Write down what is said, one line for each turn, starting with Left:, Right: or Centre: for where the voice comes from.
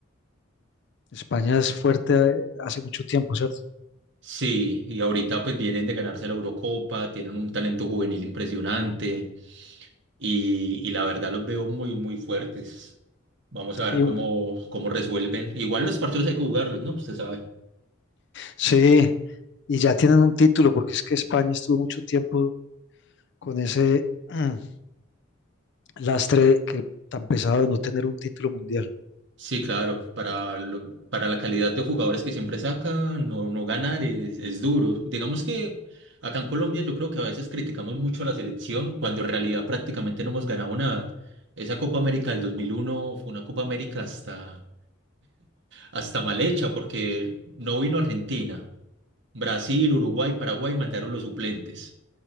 Left: España es fuerte eh, hace mucho tiempo, ¿cierto?
Right: Sí, y ahorita pues vienen de ganarse la Eurocopa, tienen un talento juvenil impresionante y, y la verdad los veo muy, muy fuertes. Vamos a ver
Left: Y,
Right: cómo, cómo resuelven. Igual los partidos hay que jugarlos, ¿no? Usted sabe.
Left: sí, y ya tienen un título, porque es que España estuvo mucho tiempo con ese, <clears throat> Lastre, que tan pesado de no tener un título mundial.
Right: Sí, claro, para, lo- para la calidad de jugadores que siempre saca, no, no ganar es, es duro. Digamos que acá en Colombia yo creo que a veces criticamos mucho a la selección cuando en realidad prácticamente no hemos ganado nada. Esa Copa América del 2001 fue una Copa América hasta, hasta mal hecha porque no vino Argentina. Brasil, Uruguay, Paraguay mandaron los suplentes,